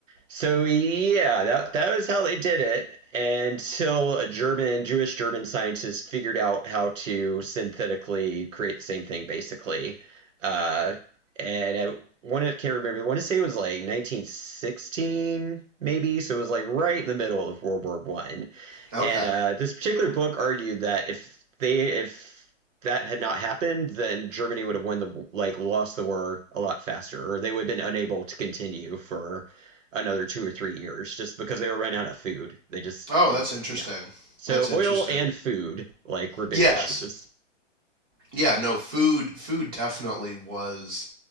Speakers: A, on the right; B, on the right.
A: so yeah, that that was how they did it until a German Jewish German scientist figured out how to synthetically create the same thing basically. Uh, and I want to can't remember. I want to say it was like 1916 maybe. So it was like right in the middle of World War One.
B: Okay.
A: And uh, this particular book argued that if they if that had not happened, then Germany would have won the like lost the war a lot faster, or they would have been unable to continue for another two or three years just because they were running out of food. They just
B: Oh,
A: it
B: that's
A: was
B: interesting.
A: yeah. So
B: That's interesting.
A: oil and food like were big
B: Yes.
A: issues.
B: yeah, no, food food definitely was